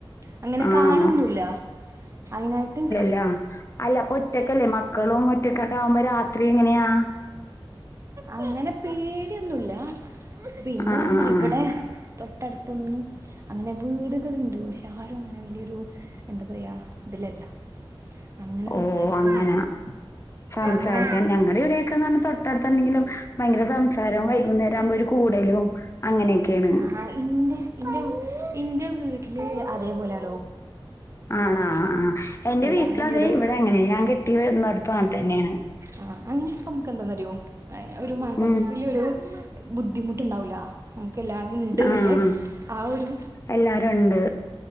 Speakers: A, on the right; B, on the left.
A: അങ്ങനെ
B: ആണോ
A: കാണൊന്നൂല്ല അയിനായിട്ട്
B: ലാ അല്ലപ്പൊ ഒറ്റക്കല്ലേ മക്കളും ഒറ്റക്കൊക്കെ ആവുമ്പോ രാത്രി എങ്ങനെയാ
A: അങ്ങനെ പേടിയൊന്നൂല്ല പിന്നെന്തന്നറിയോ
B: ആ ആ ആ
A: ഇവടെ തൊട്ടടുത്തൊന്നും അങ്ങനെ വീട്കളുണ്ട് പക്ഷേ ആരും അങ്ങനെ വല്ല്യൊരു എന്താ പറയാ ഇതിലല്ല അങ്ങനെ
B: ഓ
A: സംസാരിക്കും
B: അങ്ങനെ സംസാരിക്കാൻ
A: അങ്ങനെ
B: ഞങ്ങടെ ഇവിടെയൊക്കെ എന്നുപറഞ്ഞ തൊട്ടടുത്തല്ലെങ്കിലും ഭയങ്കര സംസാരം വൈകുന്നേരാവുമ്പോ ഒരു കൂടലും അങ്ങനെക്കെയാണ്
A: ആഹ് ഇന്റെ ഇൻ്റെ വി ഇൻ്റെ വീട്ടില് അതേപോലാ
B: ആണാ ആഹ് എന്റെ
A: എല്ലാരും
B: വീട്ടിലും അതെ
A: വരും
B: ഇവടെ അങ്ങനെ ഞാൻ കെട്ടിയ പ്പാൻതന്നെയാണ്
A: ആഹ് അങ്ങനെയാവുമ്പോ അമ്മക്ക് എന്താന്നറിയോ ഏഹ് ഒരു മനസ്സിലൊരു
B: ഉം
A: ബുദ്ധിമുട്ട്ണ്ടാവൂല നമുക്ക് എല്ലാരുണ്ട്ന്നില്ലേ
B: ആ ആ
A: ആഹ് ഒരു
B: എല്ലാരും ഒണ്ട്